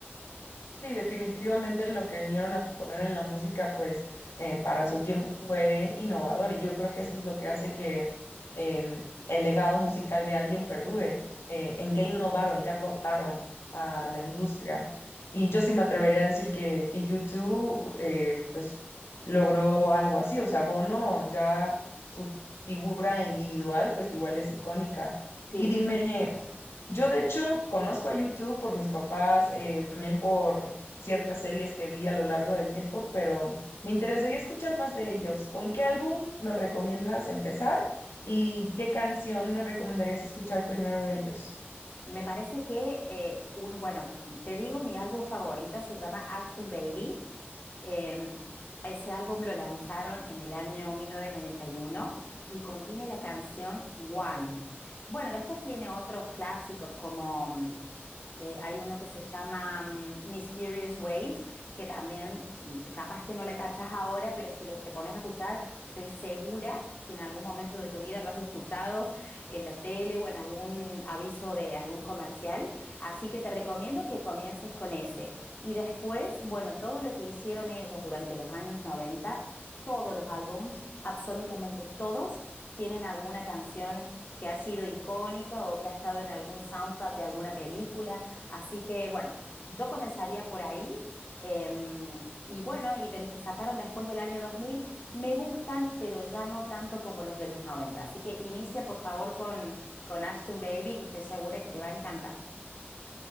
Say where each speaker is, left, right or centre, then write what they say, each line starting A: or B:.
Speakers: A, on the left; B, on the left.
A: Sí, definitivamente lo que vinieron a proponer en la música, pues eh, para su tiempo fue innovador y yo creo que eso es lo que hace que eh, el legado musical de alguien perdure, eh, en qué innovaron, qué aportaron a
B: Sí.
A: la industria. Y yo sí me atrevería a decir que, que U2 eh, pues logró algo así, o sea, Bono ya su figura individual pues igual es icónica.
B: Sí.
A: Y dime, yo de hecho conozco a YouTube por mis papás, eh, también por ciertas series que vi a lo largo del tiempo, pero me interesaría escuchar más de ellos. ¿Con qué álbum me recomiendas empezar y qué canción me recomendarías escuchar primero de ellos?
B: Me parece que, eh, un, bueno, te digo, mi álbum favorito se llama Action Baby. Em, ese álbum lo lanzaron en el año 1991 y uno y contiene la canción One. Bueno, después tiene otros clásicos como mm, eh, hay uno que se llama mm, Mysterious Ways, que también mm, capaz que no la cachás ahora, pero si lo- te pones a escuchar, estoy segura que en algún momento de tu vida lo has escuchado en la tele o en algún aviso de algún comercial. Así que te recomiendo que comiences con ese. Y después, bueno, todo lo que hicieron ellos durante los años 90, todos los álbums, absolutamente todos, tienen alguna canción que ha sido icónica o que ha estado en algún soundtrack de alguna película. Así que, bueno, yo comenzaría por ahí. Em, y bueno, y de los que sacaron después del año 2000 me gustan, pero ya no tanto como los de los 90. Así que inicia por favor con, con Action Baby, que estoy segura que te va a encantar.